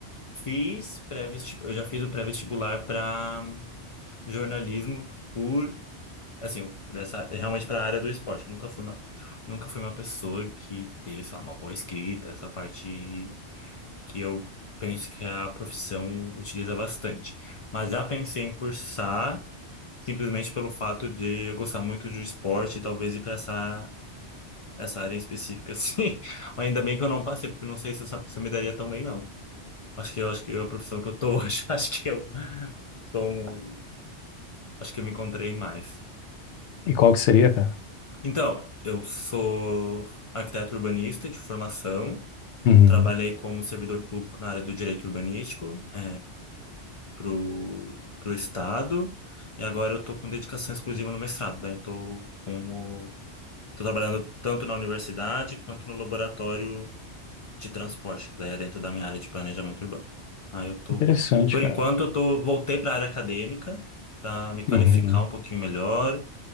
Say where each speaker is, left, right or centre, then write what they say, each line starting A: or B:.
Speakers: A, on the left; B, on the left.
A: fiz pré-vestibular. Eu já fiz o pré-vestibular para jornalismo por. Assim, dessa, realmente para a área do esporte. Nunca fui uma, nunca fui uma pessoa que teve, sei lá, uma boa escrita, essa parte. que eu penso que a profissão utiliza bastante. Mas já pensei em cursar simplesmente pelo fato de eu gostar muito de um esporte e talvez ir para essa, essa área em específica, <laughs> assim. Ainda bem que eu não passei, porque eu não sei se eu, sa- se eu me daria tão bem, não. Acho que eu acho que eu, a profissão que eu tô hoje, <laughs> acho que eu sou um- acho que eu me encontrei mais.
B: E qual que seria, cara?
A: Então, eu sou arquiteto urbanista de formação.
B: Uhum.
A: Trabalhei como servidor público na área do direito urbanístico, é, pro, pro estado e agora eu tô com dedicação exclusiva no mestrado. Daí tô como tô trabalhando tanto na universidade quanto no laboratório de transporte, que daí é dentro da minha área de planejamento urbano. Aí eu tô,
B: Interessante,
A: por
B: cara.
A: enquanto eu tô voltei para a área acadêmica para me qualificar
B: Uhum.
A: um pouquinho melhor,